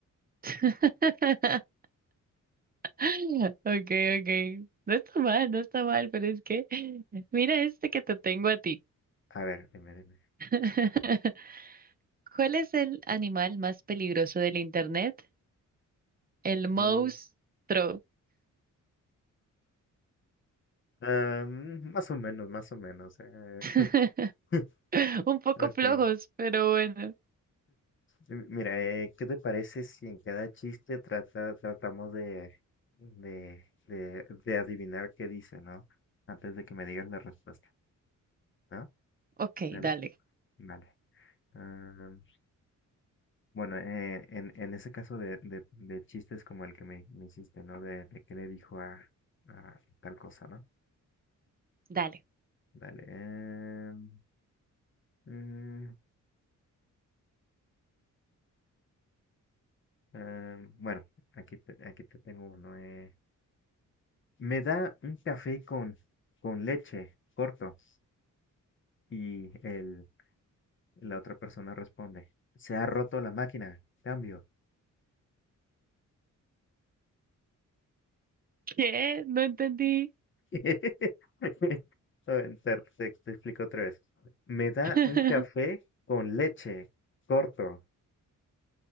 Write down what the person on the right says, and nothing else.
<laughs> <laughs> Ok, ok. No está mal, no está mal, pero es que <laughs> mira este que te tengo a ti.
<laughs> ¿Cuál es el animal más peligroso del internet? El
monstruo.
<laughs>
Un poco
flojos, pero bueno.
Ok,
dale,
dale.
¿Qué? No entendí.
<laughs>